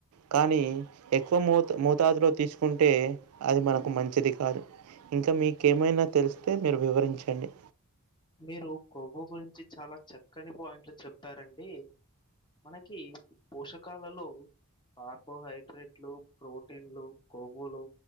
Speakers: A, on the right; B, on the left.
A: కానీ ఎక్కువ మోత మోతాదులో తీసుకుంటే అది మనకు మంచిది కాదు ఇంకా మీకేమైనా తెలిస్తే మీరు వివరించండి
B: మీరు కొవ్వు గురించి చాలా చక్కని పాయింట్లు చెప్పారండి మనకి పోషకాలలో కార్బోహైడ్రేట్లు ప్రోటీన్లు కొవ్వులు